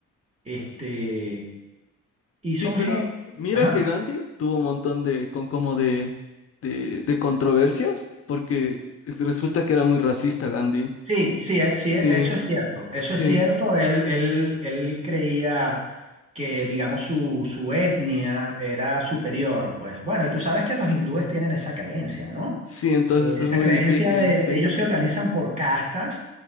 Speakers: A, on the right; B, on the left.
A: Este, y
B: Sí,
A: son
B: pero
A: gente...
B: mira
A: Ajá.
B: que Gandhi tuvo un montón de, con como de, de, de controversias, porque es- resulta que era muy racista Gandhi.
A: Sí, sí, eh, sí,
B: Sí,
A: eh, eso es cierto, eso
B: sí,
A: es cierto. Él, él, él creía que, digamos, su, su etnia era superior. Pues bueno, y tú sabes que los hindúes tienen esa creencia, ¿no?
B: sí, entonces
A: eh, esa
B: es muy
A: creencia
B: difícil,
A: de,
B: sí.
A: de ellos se organizan por castas